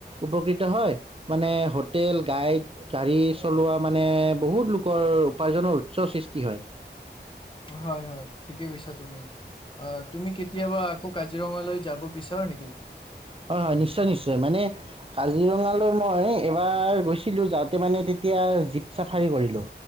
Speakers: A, on the right; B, on the left.
A: উপকৃত হয় মানে হোটেল গাইড গাড়ী চলোৱা মানে বহুত লোকৰ উপাৰ্জনৰ উৎস সৃষ্টি হয়
B: হয় হয় ঠিকে কৈছা তুমি তুমি কেতিয়াবা আকৌ কাজিৰঙালৈ যাব বিচাৰা নেকি।
A: হয়- হয় নিশ্চয়, নিশ্চয় মানে কাজিৰঙালৈ মই এবাৰ গৈছিলো যাওঁতে মানে তেতিয়া জীপ চাফাৰী কৰিলো।